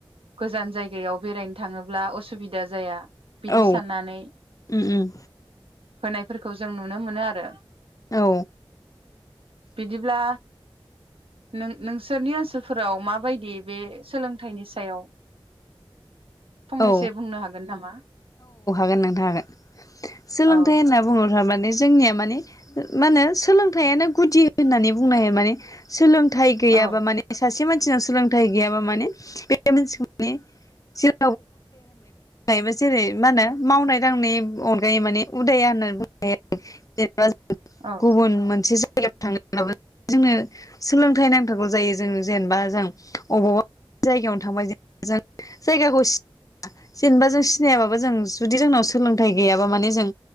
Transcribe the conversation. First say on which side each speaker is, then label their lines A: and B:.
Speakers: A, on the right; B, on the left.
A: गोजान जायगायाव बेरायनो थाङोब्ला असुबिदा जाया। बिदि
B: औ
A: साननानै।
B: उम उम।
A: होनायफोरखौ जों नुनो मोनो आरो।
B: औ
A: बिदिब्ला नों नोंसोरनि ओनसोलफोराव मा बायदि बे सोलोंथाइनि सायाव? फंनैसो
B: औ
A: बुंनो हागोन नामा?
B: गोन नोंथां हागोन सोलोंथाय
A: औ
B: होनना बुङोब्ला माने जोंनिया माने ओ मा होनो सोलोंथाइआनो गुदि होननानै बुंनो हायो माने सोलोंथाइ गैयाबा
A: औ
B: माने सासे मान जोंहा सोलोंथाइ गैया बा माने बे मिनसिखौ माने जे <unintelligible> बा जों
A: औ
B: गुबुन मोनसे जाय <unintelligible> थांङो जोंनो सोलोंथाइ नांथारगौ जायो जों जेनेबा जों अबावबा जायगायावनो थांबाय जेनेबा जों जायगाखौ जेनेबा जों सिनायाबाबो जों जुदि जोंनाव सोलोंथाइ गैयाबा माने जों